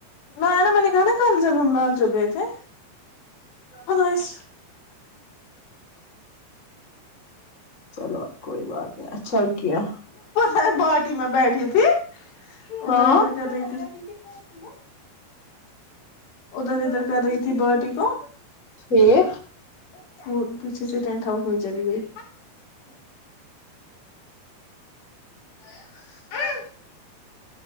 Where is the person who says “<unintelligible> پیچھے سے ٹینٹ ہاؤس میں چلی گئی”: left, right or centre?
Left